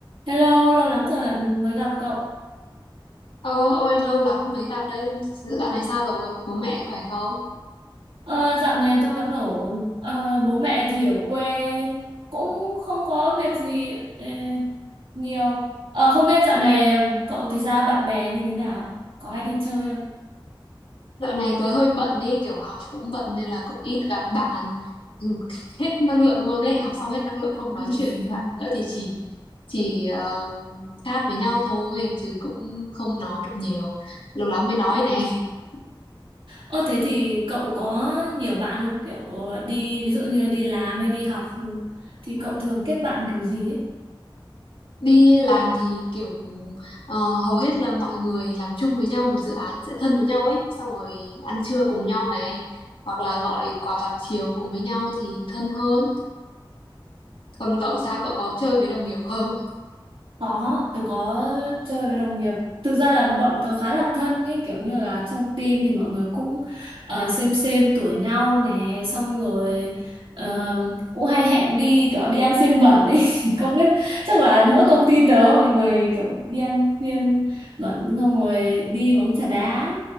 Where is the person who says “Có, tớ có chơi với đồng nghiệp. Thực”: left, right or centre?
Right